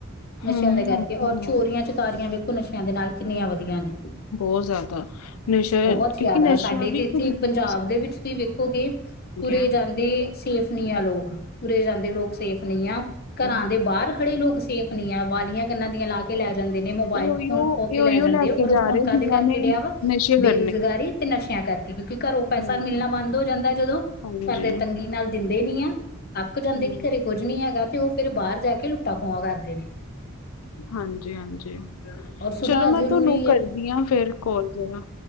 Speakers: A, on the left; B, on the left.
A: ਨਸ਼ਿਆਂ
B: ਹੂੰ,
A: ਦੇ
B: ਹੂੰ
A: ਕਰਕੇ ਔਰ ਚੋਰੀਆਂ ਚੁਕਾਰੀਆਂ ਵੇਖੋ ਨਸ਼ਿਆਂ ਦੇ ਨਾਲ ਕਿੰਨੀਆਂ ਵਧੀਆ ਨੇ।
B: ਬਹੁਤ ਜ਼ਿਆਦਾ ਨਸ਼ਾ
A: ਬਹੁਤ
B: ਕਿਉਂਕਿ
A: ਜ਼ਿਆਦਾ
B: ਨਸ਼ਾ
A: ਸਾਡੇ
B: ਵੀ
A: ਤੇ ਇੱਥੇ
B: ਖਰੀਦਣਾ
A: ਪੰਜਾਬ ਦੇ ਵਿੱਚ ਤੁਸੀਂ ਵੇਖੋਗੇ ਕਿ ਲੋਕ ਤੁਰੇ
B: ਆ।
A: ਜਾਂਦੇ ਹਨ। ਇਹ ਸੇਫ ਨਹੀਂ ਆ ਲੋਕ, ਤੁਰੇ ਜਾਂਦੇ ਲੋਕ ਸੇਫ ਨਹੀਂ ਆ, ਘਰਾਂ
B: ਹੂੰ,
A: ਦੇ ਬਾਹਰ- ਖੜ੍ਹੇ ਲੋਕ ਸੇਫ ਨਹੀਂ ਆ, ਵਾਲੀਆਂ ਕੰਨਾਂ ਦੀਆਂ ਲੱਗੀਆਂ ਰਹਿੰਦੀਆਂ ਨੇ। ਕੇ ਲੈ ਜਾਂਦੇ ਨੇ, ਮੋਬਾਇਲ
B: ਇਹ ਉਹੀਓ
A: ਫੋਨ ਖੋ
B: ਇਹ
A: ਕੇ
B: ਉਹੀਓ
A: ਲੈ ਜਾਂਦੇ ਆ,
B: ਕੇ
A: ਔਰ
B: ਜਾ
A: ਹੁਣ
B: ਰਹੇ
A: ਕਾਹਦੇ
B: ਜਿਨਾਂ
A: ਕਰਕੇ
B: ਨੇ
A: ਡਿਆ ਵਾ
B: ਨਸ਼ੇ
A: ਬੇਰੋਜ਼ਗਾਰੀ
B: ਕਰਨੇ ਆ।
A: ਤੇ ਨਸ਼ਿਆਂ ਕਰਕੇ ਕਿਉਂਕਿ ਘਰੋਂ ਪੈਸਾ
B: ਹੂੰ,
A: ਮਿਲਣਾ ਬੰਦ ਹੋ ਜਾਂਦਾ ਜਦੋਂ
B: ਹਾਂਜੀ,
A: ਘਰ ਦੇ ਤੰਗੀ ਨਾਲ ਦਿੰ ਨੀ ਆ ਅੱਕ ਜਾਂਦੇ
B: ਹੂੰ।
A: ਨੇ ਕਿ ਘਰੇ ਕੁੱਝ ਨੀ ਹੈਗਾ ਤੇ ਉਹ ਫਿਰ ਬਾਹਰ ਜਾ ਕੇ ਲੁੱਟਾਂ ਖਆ ਕਰਦੇ ਨੇ।
B: ਹਾਂਜੀ ਹਾਂਜੀ
A: ਔਰ ਸੁਧਾਰ
B: ਚਲੋ ਮੈਂ
A: ਜ਼ਰੂਰੀ
B: ਤੁਹਾਨੂੰ ਕਰਦੀ
A: ਹੈ
B: ਹਾਂ ਫੇਰ ਕੋਲ। ਓ ਨਾ